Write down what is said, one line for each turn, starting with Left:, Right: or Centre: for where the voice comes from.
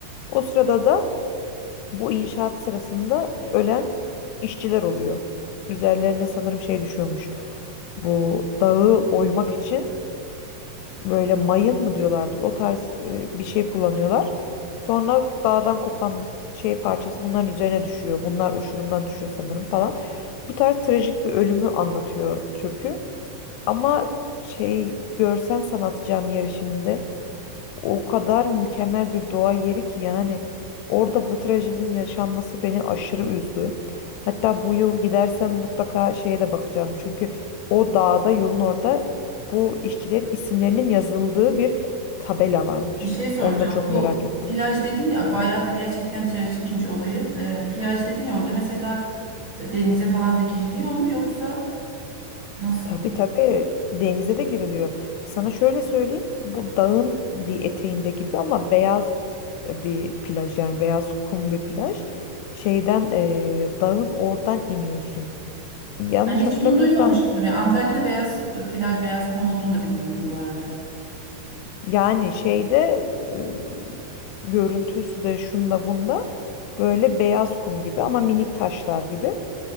Left: O sırada da bu inşaat sırasında ölen işçiler oluyor. Üzerlerine sanırım şey düşüyormuş. Bu dağı oymak için böyle mayın mı diyorlardı o tarz e, bir şey kullanıyorlar. Sonra dağdan kopan şey parçası bunların üzerine düşüyor. Bunlar uçurumdan düşüyor sanırım falan. Bu tarz trajik bir ölümü anlatıyor türkü. Ama şey görsen sana atacağım yeri şimdi. O kadar mükemmel bir doğa yeri ki yani orada bu trajedinin yaşanması beni aşırı üzdü. Hatta bu yıl gidersem mutlaka şeye de bakacağım. Çünkü o dağda yolun orada bu işçilerin isimlerinin yazıldığı bir tabela varmış.
Right: Bir şey soracağım.
Left: Onu da çok
Right: Bu
Left: merak ettim.
Right: plaj dedin ya bayağı da gerçekten trajikmiş olayı. Ee, plaj dedin ya orada mesela e, denize falan da giriliyor mu yoksa nasıl?
Left: Tabii tabii denize de giriliyor. Sana şöyle söyleyeyim. Bu dağın bir eteğinde gibi ama beyaz bir plaj yani beyaz kum bir plaj. Şeyden eee, dağın oradan iniyorsun. Yanlış
Right: Ben hiç
Left: hatırlamıyorsam
Right: bunu duymamıştım. Ya Antalya'da beyaz e, plaj, beyaz kum olduğunu da bilmiyordum bu arada.
Left: yani şeyde e, görüntüsü de şunda bunda böyle beyaz kum gibi ama minik taşlar gibi.